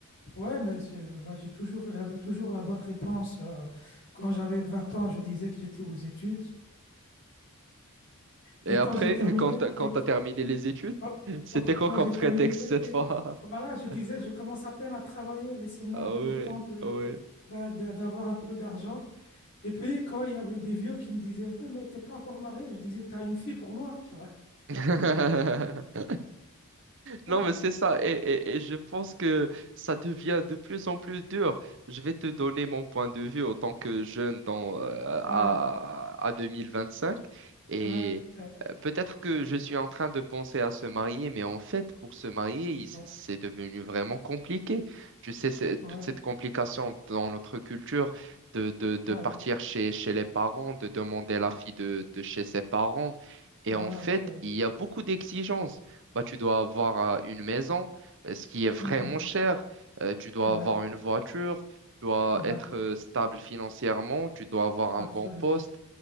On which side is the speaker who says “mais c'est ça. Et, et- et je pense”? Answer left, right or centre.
Right